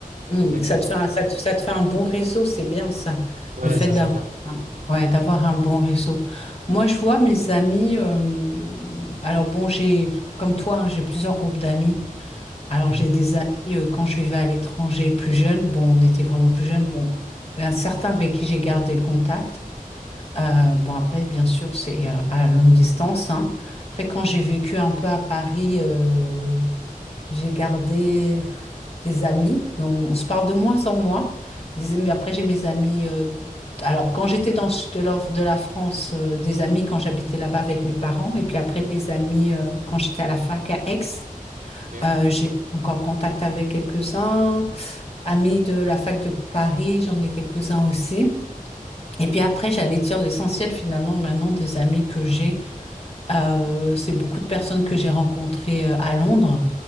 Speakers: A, on the left; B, on the right.
A: Mm.
B: Exactement.
A: Mm. Ça te fait un, ça te, ça te fait un bon réseau, c'est bien ça.
B: Ouais,
A: Le fait
B: ça
A: d'avoir
B: c'est clair.
A: ouais, d'avoir un bon réseau. Moi, je vois mes amis. euh, alors bon, j'ai comme toi, hein, j'ai plusieurs groupes d'amis. Alors
B: Ouais.
A: j'ai des amis euh, quand je vivais à l'étranger plus jeune. Bon, on était vraiment plus jeunes. Bon, il y en a certains avec qui j'ai gardé le contact. Euh, bon, après, bien sûr, c'est euh, à longue distance, hein. Après, quand j'ai vécu un peu à Paris, euh, j'ai gardé des amis, mais on, on se parle de moins en moins. Des amis- après, j'ai mes amis. euh, alors, quand j'étais dans le sud de la, de la France, euh, des amis quand j'habitais là-bas avec mes parents, et puis après, les amis euh, quand j'étais à la fac à Aix.
B: Ok.
A: Euh, j'ai encore contact avec quelques-uns. Amis de la fac de Paris, j'en ai quelques-uns aussi. Et puis après, j'allais dire l'essentiel finalement maintenant des amis que j'ai, euh, c'est beaucoup de personnes que j'ai rencontrées euh, à Londres,